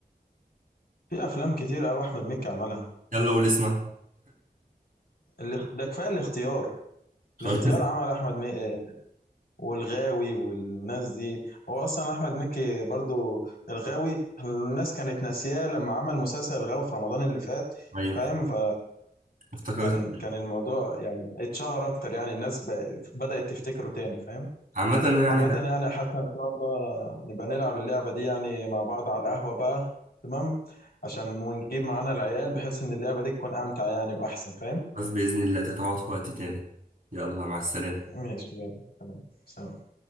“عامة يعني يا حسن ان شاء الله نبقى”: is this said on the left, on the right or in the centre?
Left